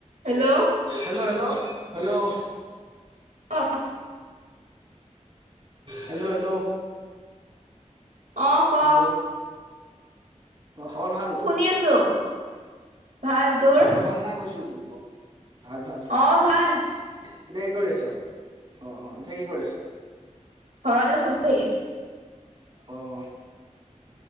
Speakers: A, on the right; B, on the right.
A: Hello?
B: Hello hello hello?
A: অ
B: hello hello?
A: অ ক
B: হেল্ল' অ', খবৰ ভাল?
A: শুনি আছোঁ। ভাল, তোৰ?
B: খবৰ ভাল নাই কৈছো <unintelligible> ভাল ভাল। এতিয়া
A: অ ভাল
B: কি কৰি আছ? অ', অ', এতিয়া কি কৰি আছ?
A: ঘৰত আছোঁ বহি।
B: অ'।